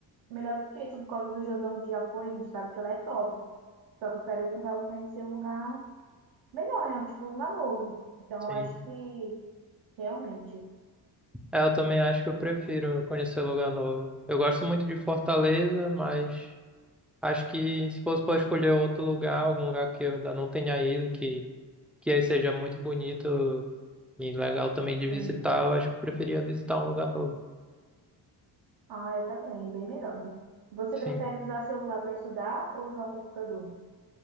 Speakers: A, on the right; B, in the centre.
A: Melhor porque, tipo, Cova do Jordão a gente já foi, a gente sabe que ela é top. Só que eu quero ir um lugar, conhecer um lugar melhor, né? Tipo, um lugar novo. Então,
B: Sim.
A: eu acho que realmente,
B: É, eu também acho que eu prefiro conhecer lugar novo. Eu gosto muito de Fortaleza, mas acho que se fosse para escolher outro lugar, algum lugar que eu ainda não tenha ido, que que seja muito bonito e legal também de
A: sim.
B: visitar, eu acho que eu preferia visitar um lugar novo.
A: Ah, eu também, bem melhor, né? Você
B: Sim.
A: prefere usar celular para estudar ou usar o computador?